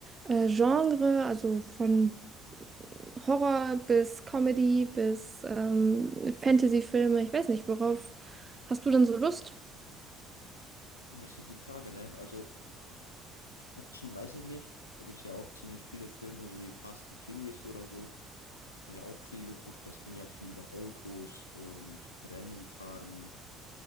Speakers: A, on the right (about 25°); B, on the left (about 90°).
A: äh, Genre, also von Horror bis Comedy bis ähm, Fantasy-Filme. Ich weiß nicht, worauf hast du denn so Lust?
B: Ja, das ist ja die Frage, ne? Also Action weiß ich nicht. Da gibt's ja auch ziemlich viele Filme, so wie Fast and Furious oder so. Da hatten wir auch viel geguckt. Das ging ja viel über Autos und Rennen fahren,